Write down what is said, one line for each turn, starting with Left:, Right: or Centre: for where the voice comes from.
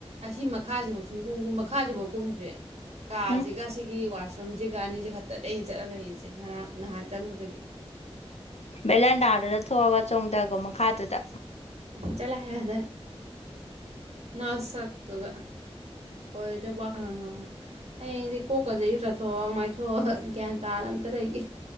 Right: ꯑꯁꯤ ꯃꯈꯥꯁꯤꯐꯥꯎ ꯁꯨꯛꯀꯨꯝꯀꯨꯝ ꯃꯈꯥꯖꯤꯕꯥꯎ ꯀꯨꯝꯗ꯭ꯔꯦ ꯀꯥꯁꯤꯒ
Left: ꯎꯝ
Right: ꯁꯤꯒꯤ ꯋꯥꯁꯔꯨꯝꯖꯤ ꯒ ꯑꯅꯤꯖꯤ ꯈꯛꯇꯅꯦ ꯑꯩꯅ ꯆꯠꯂꯒ ꯂꯩꯔꯤꯖꯦ ꯉꯔꯥꯡ ꯅꯍꯥꯟ ꯆꯪꯕꯗꯒꯤ
Left: ꯕꯦꯂꯦꯟꯗꯥꯗꯨꯗ ꯊꯣꯛꯑꯒ ꯆꯣꯡꯗꯒꯣ ꯃꯈꯥꯗꯨꯗ
Right: ꯆꯠꯂꯣ ꯍꯣ ꯑꯥꯗ ꯅꯁꯛꯇꯨꯒ ꯑꯣꯏꯗꯧꯕ ꯋꯥ ꯈꯔ ꯉꯥꯡꯉꯨ ꯍꯌꯦꯡꯗꯤ ꯀꯣꯛꯀꯖꯤ ꯏꯔꯨ ꯖꯠꯊꯣꯛꯑꯒ ꯃꯥꯏꯊꯣꯛꯑꯒ ꯒ꯭ꯌꯥꯟ ꯇꯥꯅ ꯑꯝꯇ ꯂꯩꯒꯦ